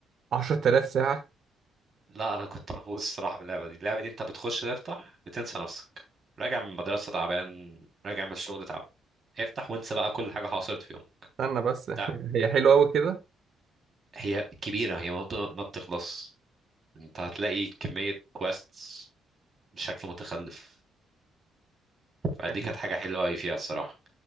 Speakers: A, on the right; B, on the right.
A: 10000 ساعة
B: لا انا كنت مهووس الصراحة باللعبة دي اللعبة دي انت بتخش تفتح بتنسى نفسك راجع من المدرسة تعبان راجع من الشغل تعبان افتح وانسى بقى كل حاجة حصلت في يومك
A: استنى بس <laughs>
B: تع-
A: هي حلوة قوي كده
B: هي كبيرة هي ما بت- ما بتخلص انت هتلاقي كمية كويستس بشكل متخلف فدي
A: يعني
B: كانت حاجة حلوة أوي فيها الصراحة